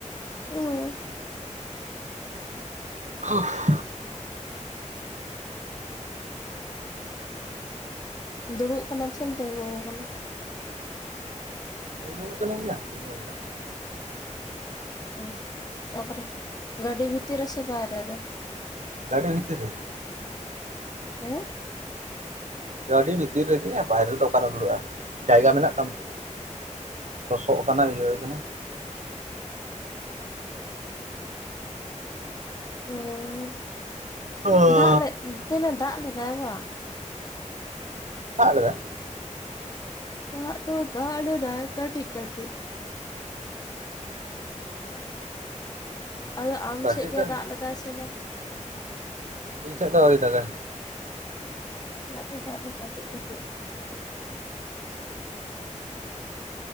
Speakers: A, on the left (about 30°); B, on the right (about 65°).
A: ᱦᱳᱭ᱾
B: <unintelligible>
A: ᱫᱩᱲᱩᱵ ᱠᱟᱱᱟᱢ ᱥᱮᱢ ᱛᱮᱸᱜᱳ ᱟᱠᱟᱱᱟ?
B: ᱫᱩᱲᱩᱵ ᱠᱟᱱᱟᱣᱭᱟ <unintelligible>
A: ᱦᱩᱸ ᱛᱟᱯᱚᱨᱮ ᱜᱟᱹᱰᱤ ᱵᱷᱤᱛᱤᱨ ᱨᱮ ᱥᱮ ᱵᱟᱭᱨᱮ ᱨᱮ?
B: ᱜᱟᱹᱰᱤ ᱵᱷᱤᱛᱤᱨ ᱨᱮ᱾
A: ᱦᱮᱸ
B: ᱜᱟᱹᱰᱤ ᱵᱷᱤᱛᱤᱨ ᱨᱮᱜᱮᱭᱟ ᱵᱟᱦᱨᱮ ᱨᱮᱫᱚ ᱚᱠᱟᱨᱮᱢ ᱫᱩᱲᱩᱵᱼᱟ ᱡᱟᱭᱜᱟ ᱢᱮᱱᱟᱜ ᱛᱟᱢᱛᱮ? ᱞᱚᱥᱚᱜ ᱠᱟᱱᱟ ᱤᱭᱟᱹ ᱠᱟᱱᱟ᱾
A: ᱦᱳᱭ
B: ᱚᱻ
A: ᱫᱟᱜ ᱞᱮᱜᱛᱮ ᱛᱮᱦᱮᱧ ᱫᱚ ᱫᱟᱜ ᱞᱮᱫᱟᱭ ᱵᱟᱝ?
B: ᱫᱟᱜ ᱞᱮᱫᱟᱭ
A: ᱫᱟᱜ ᱫᱚ ᱫᱟᱜ ᱞᱮᱫᱟᱭ ᱠᱟᱹᱴᱤᱡ ᱠᱟᱹᱴᱤᱡ᱾ ᱟᱫᱚ ᱟᱢ
B: ᱠᱟᱹᱴᱤᱡ
A: ᱥᱮᱫ ᱜᱮ
B: ᱫᱚ
A: ᱫᱟᱜ ᱞᱮᱫᱟᱭ ᱥᱮ ᱵᱟᱝ᱾
B: ᱤᱧ ᱥᱮᱫ ᱫᱚ ᱟᱹᱣᱨᱤ ᱫᱟᱜ ᱜᱟᱭ᱾
A: ᱫᱟᱜ ᱫᱚ ᱫᱟᱜ ᱞᱮᱫᱟᱭ ᱠᱟᱹᱴᱤᱡ ᱠᱟᱹᱴᱤᱡ᱾